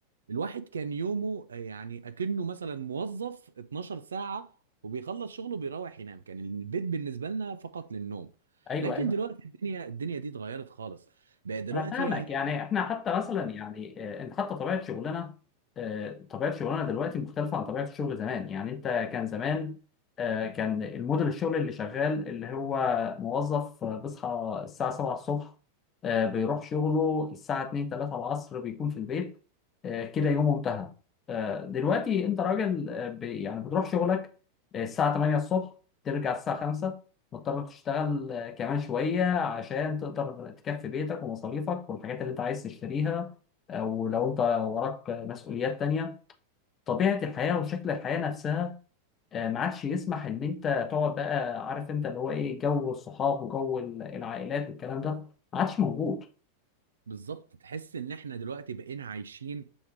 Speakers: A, on the right; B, on the left.
A: الواحد كان يومه آه، يعني أكنه مثلا موظف 12 ساعة وبيخلص شغله بيروح ينام كان البيت بالنسبة لنا فقط للنوم
B: ايوه
A: لكن
B: ايوه
A: دلوقتي الدنيا الدنيا دي اتغيرت خالص بقى دلوقتي
B: انا فاهمك
A: يعني
B: يعني احنا حتى مثلا يعني آه، انت حتى طبيعه شغلنا آه، طبيعه شغلنا دلوقتي مختلفه عن طبيعه الشغل زمان يعني انت كان زمان آه، كان الموديل الشغل اللي شغال اللي هو موظف آه، بيصحى الساعه 7 الصبح آه، بيروح شغله الساعه 2 3 العصر بيكون في البيت آه، كده يومه انتهى آه، دلوقتي انت راجل آه، بي- يعني بتروح شغلك آه، الساعه 8 الصبح ترجع الساعه 5 مضطر تشتغل آه، كمان شوية عشان تقدر تكفي بيتك ومصاريفك والحاجات اللي انت عايز تشتريها او لو انت وراك آه، مسؤوليات تانية طبيعة الحياة وشكل الحياة نفسها آه، ما عادش يسمح ان انت تقعد بقى عارف انت اللي هو ايه جو الصحاب وجو ال- العائلات والكلام ده ما عادش موجود
A: بالظبط تحس ان احنا دلوقتي بقينا عايشين